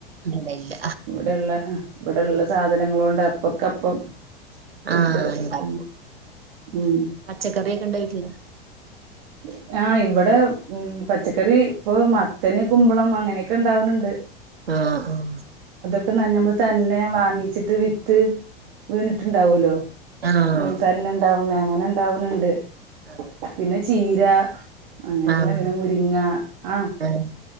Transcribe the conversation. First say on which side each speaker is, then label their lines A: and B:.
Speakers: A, on the right; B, on the right.
A: ഇല്ല ഇല്ല
B: ഇവിടെള്ള ഇവിടെള്ള സാധനങ്ങള്ളൊണ്ട് അപ്പ അപ്പം ഫുഡ്
A: ആഹ് ഉണ്ടാക്കും
B: അത്ര ഉം
A: പച്ചക്കറിയൊക്കെ ഇണ്ടായിട്ടില്ല
B: ഉ ആഹ് ഇവിടെ ഉ പച്ചക്കറി ഇപ്പൊ മത്തന് കുമ്പളം അങ്ങനെയൊക്കെ ഉണ്ടാവ്ണ്ണ്ട്
A: ആഹ ആഹ
B: നമ്മൾ തന്നെ വാങ്ങിച്ചിട്ട് വിത്ത് വീണ്ണ്ട്ടുണ്ടാവല്ലോ
A: ആഹ്
B: അങ്ങതന്നെ ഇണ്ടാവ്ന്നേ അങ്ങനെ ഇണ്ടവ്ണ്ണ്ട്
A: ആഹ്
B: പിന്നെ ചീര അങ്ങനെയുള്ള
A: ആഹ്
B: പിന്നെ മുരിങ്ങ ആ
A: ആഹ്